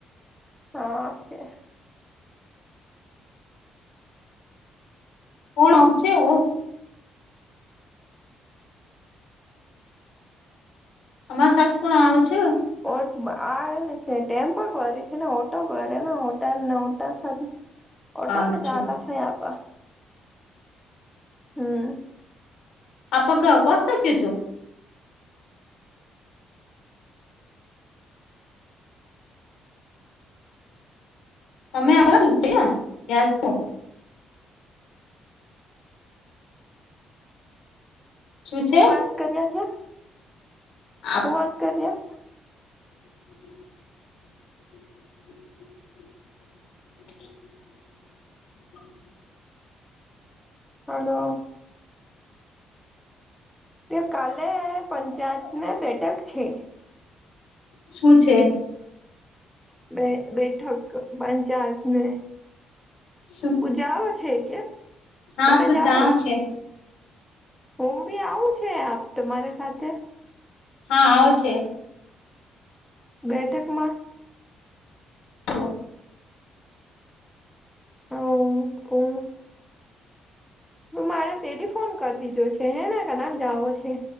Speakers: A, in the centre; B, on the left.
A: હા છે.
B: કોણ આવ છે, હો તમાર સાથે કોણ આવે છે.
A: ઓ આવે ને છે ટેમ્પો કરે છેને, ઓટો કરે ને ઓટા ને ઓટા સાથે ઓટા
B: અચ્છા
A: મજાલા છે, આ હમ
B: આપ ક અપાસ કેજો સમય આવવાજ ઉજ યાર તો શું છે
A: હું વાત કર્યા છે,
B: આપ
A: હુ વાત કરીયા
B: <unintelligible> <inaudible>
A: <inaudible> હલો તે કાલે પંચાયતને બેઠક છે.
B: શું છે.
A: બે બેઠક પંચાયત ને
B: શું
A: હું જાઓ છે કે
B: હા
A: તમે
B: શું
A: જાઓ.
B: જાણો છે
A: હુ બી આવું છે, આપ તમારા સાથે
B: હા આવો છે.
A: બેઠક મા
B: તો
A: <unintelligible> મારે તેલી ફોન કરી દીધો છે હેને કના જાવ છે.